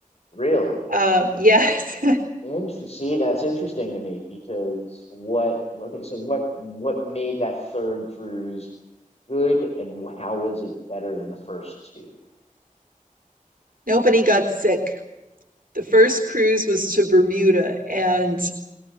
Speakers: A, on the left; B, on the right.
A: Really?
B: Uh, yes,
A: Interesting. See, that's interesting to me because what, okay, so what what made that third cruise good and wh- how was it better than the first two?
B: <laughs> nobody got sick. The first cruise was to Bermuda, and